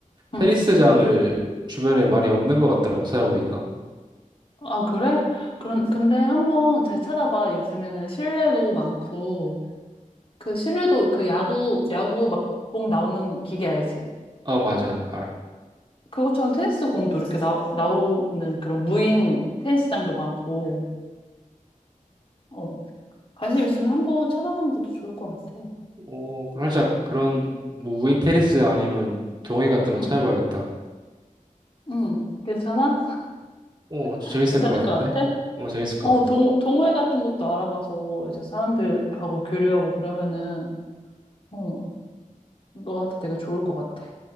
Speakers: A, on the left (about 40°); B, on the right (about 30°).
A: 응.
B: 테니스장을 주변에 많이 없는 것 같더라고, 찾아보니까.
A: 아, 그래? 그런, 근데 한번 잘 찾아봐. 요즘에는 실내도 많고, 그 실내도 그 야구, 야구 막 공 나오는 기계 알지?
B: 어, 맞아. 알아.
A: 그것처럼 테니스 공도 이렇게 나, 나오는 그런 무인 테니스장도 많고, 어, 관심 있으면 한번 찾아보는 것도 좋을 것 같아.
B: 어, 그럼 살짝 그런 뭐 무인 테니스장 아니면 동해 같은 거
A: 응,
B: 찾아봐야겠다.
A: 응, 괜찮아?
B: 어,
A: <laughs>
B: 재밌을
A: 괜찮을
B: 것 같은데?
A: 것 같아?
B: 어, 재밌을 것
A: 어,
B: 같아.
A: 동, 동호회 같은 것도 알아봐서 이제 사람들하고 교류하고 그러면은, 어, 너한테 되게 좋을 것 같아.